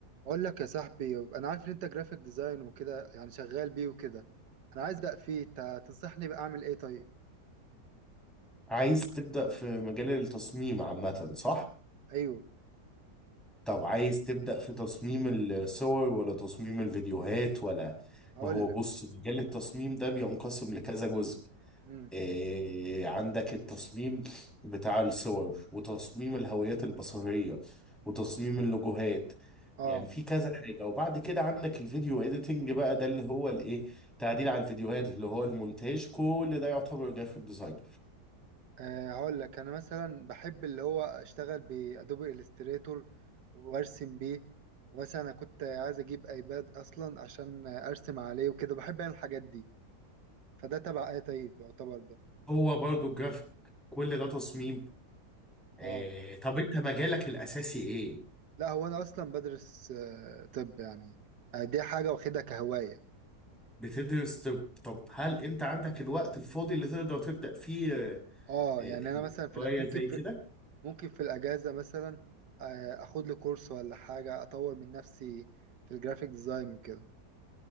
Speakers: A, on the right; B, in the centre.
A: اقول لك يا صاحبي انا عارف ان انت جرافيك ديزاين وكده يعني شغال بيه وكده انا عايز ابدا فيه انت تنصحني بقى اعمل ايه طيب
B: عايز تبدأ في مجال التصميم عامة صح؟
A: ايوه
B: طب عايز تبدأ في تصميم الصور ولا تصميم الفيديوهات ولا
A: هقول
B: ما هو بص
A: لك
B: مجال التصميم ده بينقسم لكذا جزء
A: امم
B: إيه عندك التصميم بتاع الصور وتصميم الهويات البصرية وتصميم اللوجوهات
A: اه
B: يعني في كذا حاجة وبعد كده عندك الفيديو اديتنج بقى ده اللي هو الايه تعديل على الفيديوهات اللي هو المونتاج كل ده يعتبر جرافيك ديزاين
A: آه، هقول لك انا مثلا بحب اللي هو اشتغل بادوبي الستريتور وارسم بيه ومثلا انا كنت عايز اجيب ايباد اصلا عشان ارسم عليه وكده بحب انا الحاجات دي فده تبع ايه طيب يعتبر ده
B: هو برضه الجرافيك كل ده تصميم إيه
A: اه
B: طب انت مجالك الاساسي ايه
A: لا هو انا اصلا بدرس آه، طب يعني آه، دي حاجه واخدها كهوايه
B: بتدرس طب طب هل انت عندك الوقت الفاضي اللي تقدر تبدأ فيه آه،
A: اه
B: آه،
A: يعني انا مثلا في
B: هواية
A: ال- ممكن
B: زي
A: في
B: كده
A: ممكن في الاجازه مثلا آه، اخد لي كورس ولا حاجه اطور من نفسي في الجرافيك ديزاين وكده